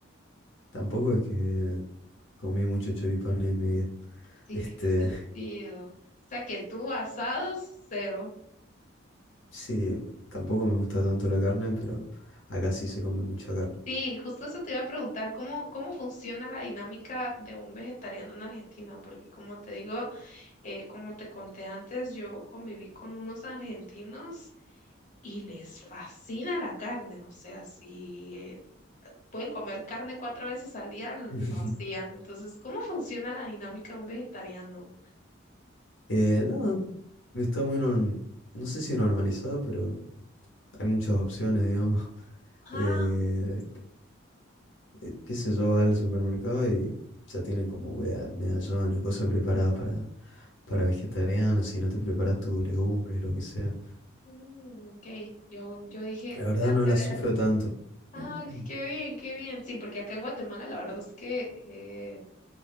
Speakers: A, on the left (about 70°); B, on the left (about 35°).
A: tampoco es que comí mucho choripanes en mi vida.
B: Sí,
A: Este,
B: tiene sentido. O sea que tú asados, cero.
A: <laughs> sí, tampoco me gusta tanto la carne, pero acá sí se come mucha carne.
B: Sí, justo eso te iba a preguntar, ¿cómo, cómo funciona la dinámica de un vegetariano en Argentina? Porque como te digo, eh, como te conté antes, yo conviví con unos argentinos y les fascina la carne, o sea, si eh, pueden comer carne cuatro veces al día, l-
A: <laughs>
B: lo hacían. Entonces, ¿cómo funciona la dinámica de un vegetariano?
A: Eh, nada, está muy norm... no sé si normalizado, pero hay muchas opciones, digamos. <laughs>
B: Ah,
A: Eh, eh, qué sé yo, va al supermercado y ya tienen como vea- medallones, cosas preparadas para, para vegetarianos, si no te preparas tus legumbres, lo que sea.
B: mm, ok, yo, yo dije,
A: La verdad
B: han
A: no
B: de
A: la
B: ver.
A: sufro tanto.
B: Ay,
A: <clears throat>
B: qué bien, qué bien. Sí, porque acá en Guatemala la verdad es que... eh,